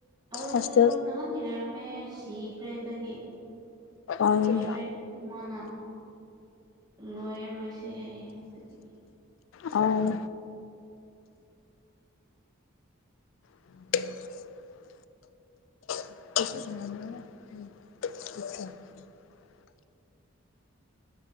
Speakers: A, on the right; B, on the left.
A: ꯑꯩꯈꯣꯏꯁꯨ
B: ꯍꯣꯁꯇꯦꯜ
A: ꯅꯍꯥꯟꯗꯤ ꯂꯩꯔꯝꯃꯦ ꯁꯤꯈ꯭ꯔꯦ ꯑꯗꯒꯤ
B: ꯑꯝ
A: ꯂꯣꯏꯗ꯭ꯔꯦ ꯏꯃꯥꯅ ꯂꯣꯏꯔ ꯔꯣꯏꯁꯦ ꯍꯥꯏꯌꯦ ꯑꯗꯨꯒꯤ
B: ꯑꯥꯎ <unintelligible> <unintelligible>